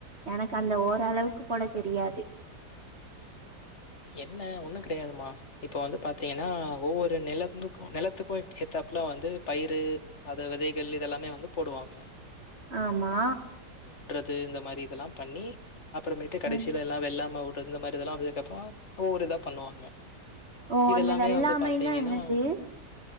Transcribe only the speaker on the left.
என்ன ஒண்ணு கிடையாதுமா இப்ப வந்து பாத்தீங்கன்னா ஒவ்வொரு நிலந்துக்கும் நிலத்துக்கு ஏத்தாப்புல வந்து பயிரு அது விதைகள் இதெல்லாமே வந்து போடுவாங்க
து இந்த மாரி இதெல்லா பண்ணி அப்புறமேட்டு கடைசில
எல்லா வெள்ளாம வுட் ட்ருது இந்த மாரி இதல்லா வந்ததுக்கப்புறோ ஒவ்வொரு இதா பண்ணுவாங்க
இதெல்லாமே
வந்து பாத்தீங்கன்னா